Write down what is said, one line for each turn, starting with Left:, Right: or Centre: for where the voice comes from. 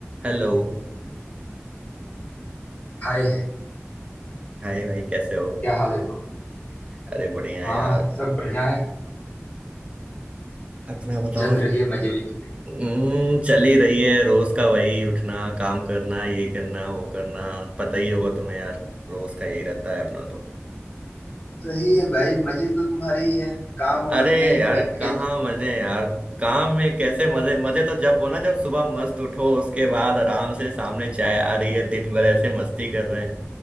Right: Hello
Left: हाय
Right: Hi भाई कैसे हो
Left: क्या हाल है bro?
Right: अरे बढ़िया
Left: हाँ
Right: है यार
Left: सब बढ़िया है
Right: अपना बताओ
Left: चल रही है मजे में जिंदगी
Right: हम्म, चल ही रही है रोज का वही उठना काम करना ये करना वो करना पता ही होगा तुम्हें यार रोज का यही रहता है अपना तो
Left: सही है भाई मजे तो तुम्हारे ही हैं काम और
Right: अरे
Left: अपने व्यक्तिगत
Right: यार कहाँ
Left: जीवन।
Right: मजे हैं यार काम में कैसे मजे मजे तो जब हो ना जब सुबह मस्त उठो उसके बाद आराम से सामने चाय आ रही है दिन भर ऐसे मस्ती कर रहे हैं